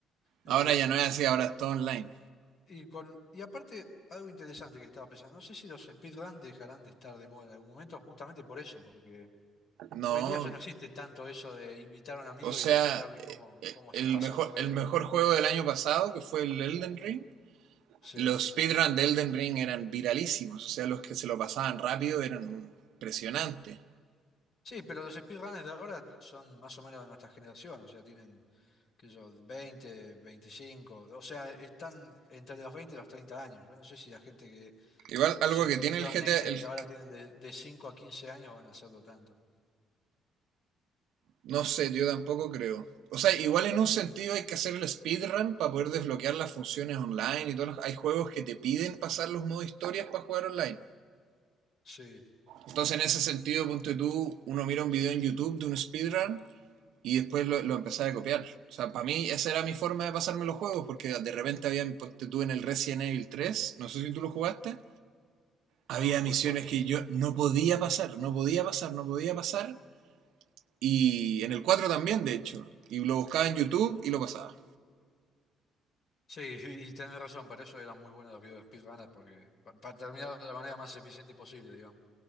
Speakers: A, on the left; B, on the right.
A: Eh,
B: Ahora ya no es así, ahora es todo online.
A: Y con, y aparte, algo interesante que estaba pensando, no sé si los speedruns dejarán de estar de moda en algún momento, justamente por eso, porque
B: No,
A: hoy en día ya no existe tanto eso de invitar a un amigo
B: o sea,
A: y mostrarle
B: eh,
A: cómo,
B: eh,
A: cómo
B: el
A: se pasa
B: mejor,
A: un juego.
B: el mejor juego del año pasado, que fue el Elden Ring,
A: Sí.
B: los speedruns de Elden Ring eran viralísimos, o sea, los que se lo pasaban rápido eran impresionantes.
A: Sí, pero los speedrunners de ahora son más o menos de nuestra generación, o sea, tienen, qué sé yo, 20, 25, o sea, están entre los 20 y los 30 años. Yo no sé si la gente que,
B: Igual algo
A: si los,
B: que tiene
A: los
B: el GTA,
A: nenes
B: el,
A: que ahora tienen de, de 5 a 15 años van a hacerlo tanto.
B: no sé, yo tampoco creo. O sea, igual en un sentido hay que hacer el speedrun para poder desbloquear las funciones online y todos los, hay juegos que te piden pasar los modos historias para jugar online.
A: Sí,
B: Entonces, en ese sentido, ponte tú, uno mira un video en YouTube de un speedrun y después lo, lo empezaba a copiar. O sea, para mí esa era mi forma de pasarme los juegos, porque de repente había, ponte tú en el Resident Evil 3, no sé si tú lo jugaste, había
A: no, jugué
B: misiones
A: cuatro
B: que yo no podía pasar, no podía pasar, no podía pasar. Y en el 4 también, de hecho. Y lo buscaba en YouTube y lo pasaba.
A: Sí, y y tenés razón, para eso eran muy buenos los videos de speedrunners, porque pa- para terminar de la manera más eficiente posible, digamos.